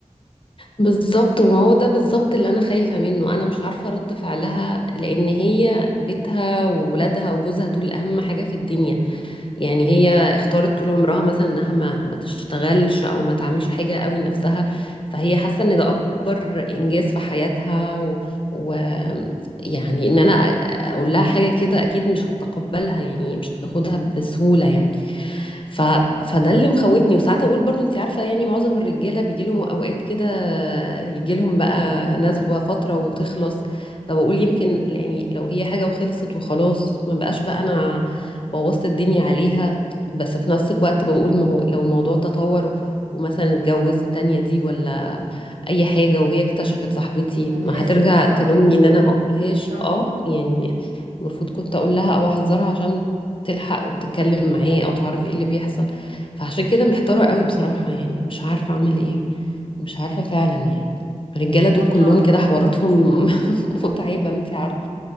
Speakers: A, on the left; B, on the right.
A: بالظبط وما هو ده بالظبط اللي انا خايفه منه انا مش عارفه رد فعلها لان هي بيتها وولادها وجوزها دول اهم حاجه في الدنيا يعني هي اختارت طول عمرها مثلا انها ما ما تشتغلش او ما تعملش حاجه قوي لنفسها فهي حاسه ان ده اكبر انجاز في حياتها و... و... يعني ان انا أ- اقول لها حاجه كده اكيد مش هتقبلها يعني مش هتاخدها بسهوله يعني ف... فده اللي مخوفني وساعات اقول برضو انت عارفه يعني معظم الرجاله بيجي لهم اوقات كده يجي لهم بقى نزوه فتره وتخلص فبقول يمكن يعني لو هي حاجه وخلصت وخلاص ما بقاش بقى انا بوظت الدنيا عليها بس في نفس الوقت بقول ما هو لو الموضوع تطور ومثلا اتجوز التانية دي ولا اي حاجه وهي اكتشفت صاحبتي
B: هتحسي
A: ما هترجع
B: بالذنب
A: تلومني
B: كمان
A: ان انا ما اقولهاش
B: طبعا
A: اه يعني المفروض كنت اقول لها او احذرها عشان تلحق وتتكلم معاه او تعرف ايه اللي بيحصل فعشان كده محتاره قوي بصراحه يعني مش عارفه اعمل ايه مش عارفه فعلا يعني الرجاله دول
B: طب
A: كلهم
B: ها
A: كده حواراتهم <laughs> متعبه انت عارفه